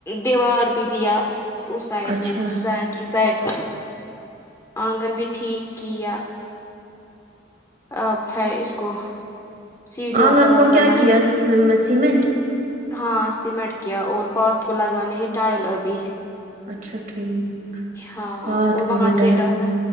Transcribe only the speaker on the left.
دیوار بھی دیا اس سائڈ
سے سوزان کی سائڈ سے آنگن بھی ٹھیک کیا اب ہے اس کو سیڑھیوں
لگانا
ہے
ہاں سیمٹ کیا اور پاتھ کو لگانے ہیں ٹائل ابھی
ہاں
اور
وہاں
سے ڈالا